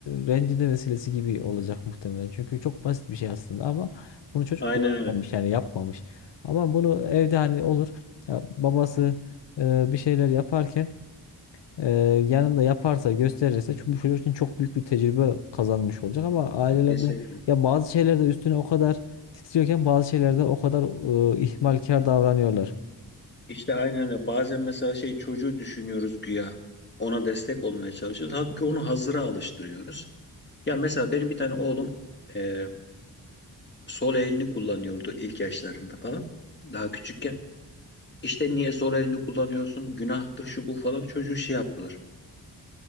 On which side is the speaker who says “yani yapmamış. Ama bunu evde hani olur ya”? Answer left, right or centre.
Left